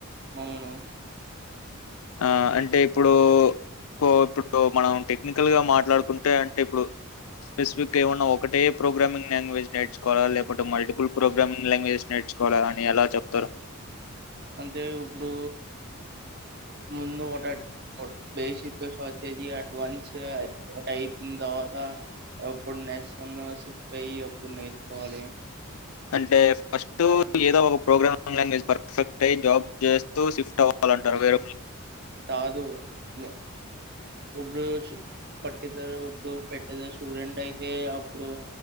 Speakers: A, on the right (about 50°); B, on the left (about 80°).
A: ఔను.
B: ఆహ్ అంటే ఇప్పుడు కో. ఇప్పుడు మనం టెక్నికల్ గా మాట్లాడుకుంటే అంటే ఇప్పుడు. స్పెసిఫిగ్గా ఏమన్నా ఒకటే ప్ప్రోగ్రామింగ్ లాంగ్వేజ్ నేర్చుకోవాల లేకుంటే మల్టిపుల్ ప్రోగ్రామింగ్ లాంగ్వేజ్ నేర్చు. చుకోవాలని ఎలా చెప్తారు.
A: అంటే ఇప్పుడు. ముందు ఒకట డేసితో ఒక కేజీ అడ్వాన్స్గ టైపింగ్ కావాలా. అప్పుడు <unintelligible> ఎప్పుడు నేర్చుకోవాలి.
B: అంటే ఫస్ట్ ఏదో ఒక ప్రోగ్రామింగ్ లాంగ్వేజ్ పర్ఫెక్ట్ అయ్ జాబ్ చేస్తూ షిఫ్ట్ అవ్. అలాంటారు వేర్.
A: కాదు నే. ఇప్పుడు శూ పట్టిద్దారూప్పు పెట్టేదర స్టూడెంట్ అయితే అప్పుడు.